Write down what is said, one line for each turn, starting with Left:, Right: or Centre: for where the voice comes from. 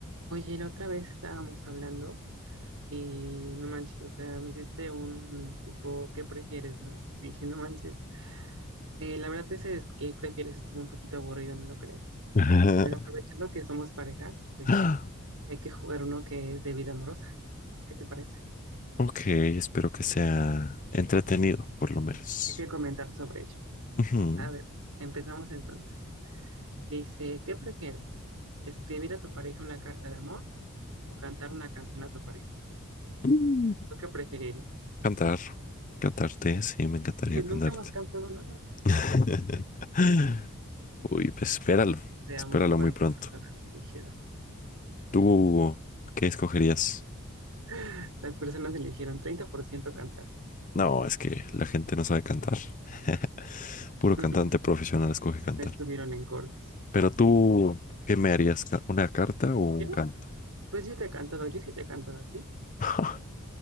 Right: Oye, la otra vez estábamos hablando y no manches, o sea, me hiciste un tipo, ¿qué prefieres, no? Y dije, no manches. Eh, la verdad ese es que prefieres estuvo un poquito aburrido, ¿no lo crees?
Left: Ajá.
Right: Pero aprovechando que somos pareja, pues
Left: Ah,
Right: hay que jugar uno que es de vida amorosa. ¿Qué te parece?
Left: Ok, espero que sea entretenido, por lo menos.
Right: Hay que comentar sobre ello.
Left: Ujú.
Right: A ver, empezamos entonces. Dice, ¿qué prefieres? ¿Escribir a tu pareja una carta de amor o cantar una canción a tu pareja?
Left: Mm,
Right: ¿Tú qué preferirías?
Left: Cantar, cantarte, sí, me encantaría
Right: <laughs>
Left: cantarte.
Right: Nunca más cantado nada.
Left: <laughs> Uy, pues espéralo,
Right: Veamos
Left: espéralo
Right: cuántas
Left: muy pronto.
Right: personas eligieron.
Left: ¿Tú qué escogerías?
Right: <laughs> Las personas eligieron 30% cantar.
Left: No, es que la gente no sabe cantar. <laughs> Puro
Right: <laughs>
Left: cantante profesional escoge cantar.
Right: No estuvieron en coros.
Left: Pero tú, ¿qué me harías? ¿Ca- ¿Una carta o un
Right: ¿Yo?
Left: canto?
Right: Pues yo te he cantado, yo sí te he cantado a ti.
Left: <laughs>